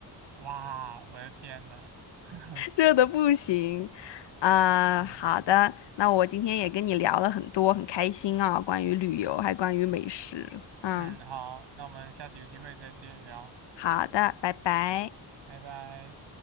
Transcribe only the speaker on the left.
热的不行。啊、
好的，那我今天也跟你聊了很多，很开心啊、关于旅游，还关于美食。嗯，
好的，拜拜。